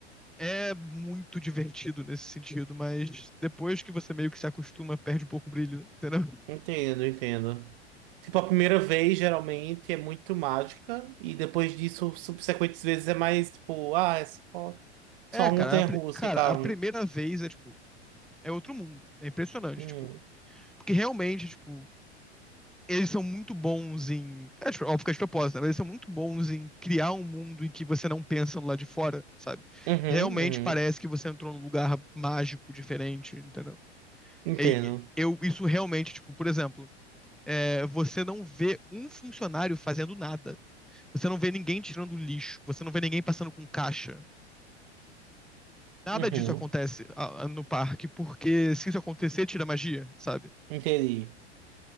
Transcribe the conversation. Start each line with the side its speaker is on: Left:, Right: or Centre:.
Centre: É muito divertido nesse sentido, mas depois que você meio que se acostuma, perde um pouco o brilho, entendeu?
Right: Entendo, entendo. Tipo, a primeira vez geralmente é muito mágica, e depois disso, subsequentes vezes é mais tipo, ah, é só,
Centre: É,
Right: só uma
Centre: cara,
Right: montanha-russa
Centre: a, pri- cara,
Right: e tal.
Centre: a primeira vez é, tipo, é outro mundo. É impressionante,
Right: Hum.
Centre: tipo. Porque realmente, tipo, eles são muito bons em. É, tipo, óbvio que é de propósito, né? Mas eles são muito bons em criar um mundo em que você não pensa no lado de fora, sabe?
Right: Uhum,
Centre: Realmente
Right: uhum.
Centre: parece que você entrou num lugar mágico, diferente, entendeu?
Right: Entendo.
Centre: E- e- eu, isso realmente, tipo, por exemplo, é, você não vê um funcionário fazendo nada. Você não vê ninguém tirando lixo. Você não vê ninguém passando com caixa. Nada
Right: Uhum.
Centre: disso acontece ah, no parque, porque se isso acontecer, tira magia, sabe?
Right: Entendi.